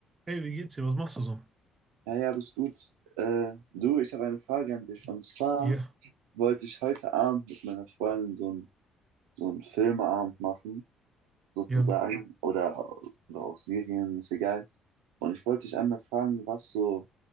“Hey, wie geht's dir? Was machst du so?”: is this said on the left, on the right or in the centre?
Right